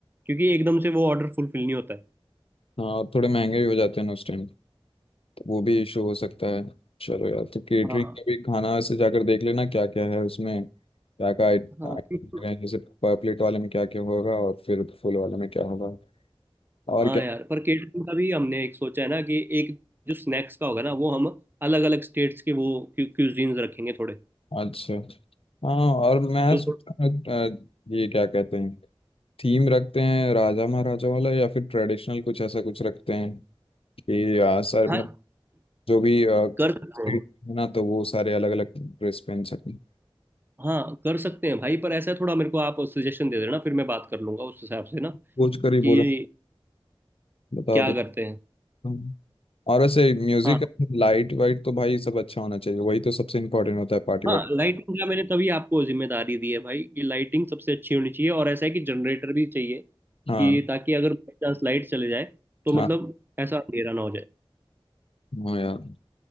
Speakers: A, on the right; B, on the left.
A: क्योंकि एकदम से वो ऑर्डर फुलफिल नहीं होता है
B: हाँ और थोड़े महंगे भी हो जाते हैं ना उस टाइम वो भी इशू हो सकता है चलो यार तो केटरिंग
A: हाँ
B: का भी खाना से जाकर देख लेना क्या क्या है उसमें क्या क्या आइटम
A: हाँ बिल्कुल।
B: है जैसे पर प्लेट वाले में क्या क्या होगा और फिर फुल वाले में क्या होगा और
A: हाँ
B: क्या
A: यार पर केटरिंग का भी हमने एक सोचा है ना कि एक जो स्नैक्स का होगा ना वो हम अलग अलग स्टेट्स के वो क्यूजीन्स रखेंगे थोड़े
B: अच्छा हाँ और मैं
A: तो
B: सोच रहा हूँ, अ, ये क्या कहते हैं थीम रखते हैं राजा महाराजा वाला या फिर ट्रेडिशनल कुछ ऐसा कुछ रखते हैं कि आ, सर मतलब
A: हाँ
B: जो भी अ,
A: कर सकते
B: street
A: हैं
B: है ना तो वो सारे अलग अलग ड्रेस पहन सकें
A: हाँ कर सकते हैं भाई पर ऐसा है थोड़ा मेरे को आप सजेशन दे देना फिर मैं बात कर लूंगा उस हिसाब से ना
B: सोच
A: कि
B: कर ही बोलो बता
A: क्या करते हैं
B: दो और वैसे म्यूजिक
A: हाँ
B: लाइट वाइट तो भाई सब अच्छा होना चाहिए वही तो सबसे इम्पोर्टेंट होता है पार्टी
A: हाँ
B: वार्टी
A: लाइटिंग का मैंने तभी आपको जिम्मेदारी दी है भाई कि लाइटिंग सबसे अच्छी होनी चाहिए और ऐसा है कि जनरेटर भी चाहिए कि
B: हाँ
A: ताकि अगर बाई चांस लाइट चले जाए तो
B: हाँ
A: मतलब ऐसा अंधेरा ना हो जाए
B: हाँ यार